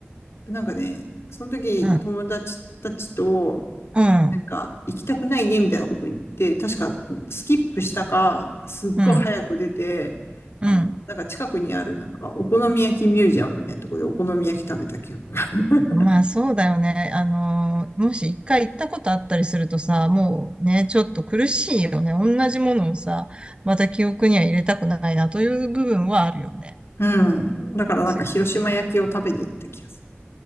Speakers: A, on the left (about 85°); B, on the right (about 25°).
A: なんかね、その時友達たちと、
B: うん、うん、
A: なんか、行きたくないね、みたいなこと言って、確か、スキップしたか、すっごい早く出て、
B: うん、うん。
A: あの、なんか近くにある、なんか、お好み焼きミュージアムみたいなところでお好み焼き食べた記憶がある。
B: まあそうだよね。あのーもし一回行ったことあったりするとさ、もうね、ちょっと苦しいよね。同じものをさ、また記憶には入れたくないなという部分はあるよね。
A: <laughs> うん。だからなんか、
B: せ
A: 広島焼きを食べに行った気がする。